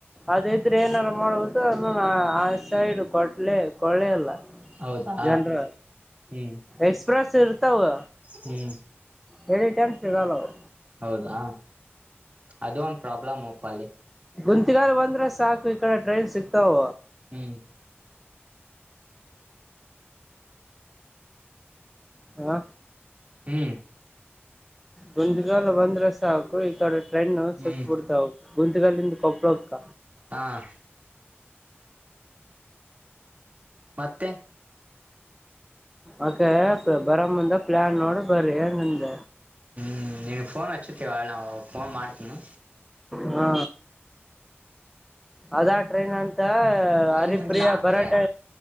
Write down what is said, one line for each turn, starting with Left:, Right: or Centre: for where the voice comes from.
Centre: ಅದ ಇದ್ರೆ ಏನಾರು ಮಾಡುವುದು ಅನ್ನ ಆ ಸೈಡ್ ಕೊಟ್ಲೆ ಕೊಳ್ಳ ಇಲ್ಲ
Right: ಹೌದಾ
Centre: ಜನರ
Right: ಹ್ಮ್
Centre: ಎಕ್ಸ್ಪ್ರೆಸ್ ಇರ್ತಾವು
Right: ಹ್ಮ್
Centre: ಹೇಳಿದೆ ಟೀಮ್ ಸಿಗಲಿಲ್ಲ ಅವರು
Right: ಹೌದಾ ಅದು ಒಂದು ಪ್ರಾಬ್ಲಮ್ ಒಪ್ಪಲ್ಲಿ
Centre: ಗುಂತಿಗಾರ ಬಂದ್ರೆ ಸಾಕು ಈ ಕಡೆ ಟ್ರೈನ್ ಸಿಕ್ತಾವ
Right: ಹ್ಮ್
Centre: ಹಾ
Right: ಹ್ಮ್
Centre: ಗಂದಗಾಲ ಬಂದ್ರೆ ಸಾಕು ಈ ಕಡೆ- ಫ್ರೆಂಡ್
Right: ಹ್ಮ್
Centre: ಸಿಕ್ಬಿಡ್ತಾವ ಗುಂತಗಲ್ಲಿಂದ ಕೊಬಳ ಹೋಗ್ತ
Right: ಹಾಂ ಮತ್ತೆ
Centre: ಅಕೆ ಬರೋ ಮುಂದೆ ಪ್ಲ್ಯಾನ್ ನೋಡಿ ಬರ್ರಿ ನಂದ
Right: ಹ್ಞೂ ನಿನಗೆ ಫೋನ್ಚ್ಚುತ್ತೀ ಅವಳವು ಫೋನ್ ಮಾಡ್ತೀನಿ
Centre: ಹಾ ಅದಾ ಟ್ರೈನ್ ಅಂತ-
Right: ಹ್ಮ್
Centre: ಹರಿಪ್ರಿಯಾ
Right: ನಾ
Centre: ಬರಾಟೆ
Right: ಏ